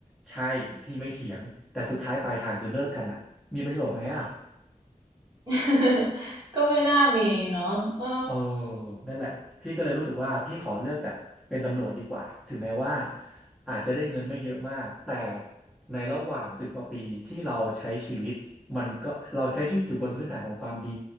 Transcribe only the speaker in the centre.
ใช่พี่ไม่เถียงแต่สุดท้ายปลายทางคือเลิกกันอ่ะมีประโยชน์ไหมอ่ะ
เออนั่นแหละพี่ก็เลยรู้สึกว่าพี่ขอเลือกแบบเป็นตำรวจดีกว่า ถึงแม้ว่าอาจจะได้เงินไม่เยอะมาก แต่ในระหว่างสิบกว่าปีที่เราใช้ชีวิตมันก็เราใช้ชีวิตอยู่บนพื้นฐานของความดี